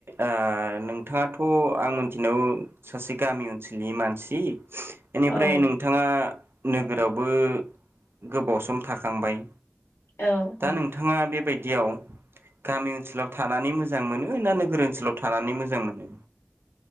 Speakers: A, on the right; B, on the left.
A: ओ नोंथाङाथ' आं मिथिनाव सासे गामि ओनसोलनि मानसि एनिफ्राय
B: औ
A: नोंथाङा नोगोराव बो गोबाव सम थाखांबाय
B: औ औ
A: दा नोंथाङा बेबायदि बिदियाव गामि ओनसोलाव थानानै मोजां मोनो ना नोगोर ओनसोलाव थानानै मोजां मोनो